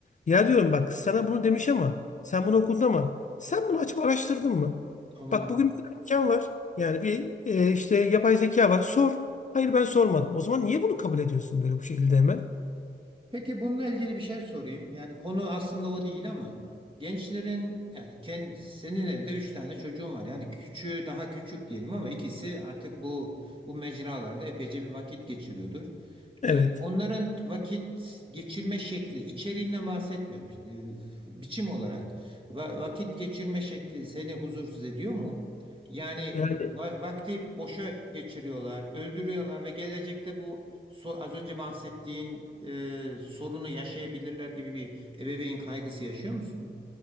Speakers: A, on the left; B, on the right.
A: Ya diyorum bak sana bunu demiş ama sen bunu okudun ama sen bunu açıp araştırdın mı?
B: Anladım.
A: Bak bugün bir tane imkan var. Yani bir e, işte yapay zeka var. Sor. Hayır ben sormadım. O zaman niye bunu kabul ediyorsun böyle bu şekilde hemen?
B: Peki bununla ilgili bir şey sorayım. Yani konu aslında o değil ama gençlerin yani kendi, senin evde üç tane çocuğun var. Yani küçüğü daha küçük diyelim ama ikisi artık bu bu mecralarda epeyce bir vakit geçiriyordur.
A: Evet.
B: Ee, onların vakit geçirme şekli, içeriğinden bahsetmiyorum. Ee, biçim olarak va- vakit geçirme şekli seni huzursuz ediyor mu? Yani e,
A: Yani
B: va- vakti boşa geçiriyorlar, öldürüyorlar ve gelecekte bu sor- az önce bahsettiğin e, sorunu yaşayabilirler gibi bir ebeveyn kaygısı yaşıyor musun?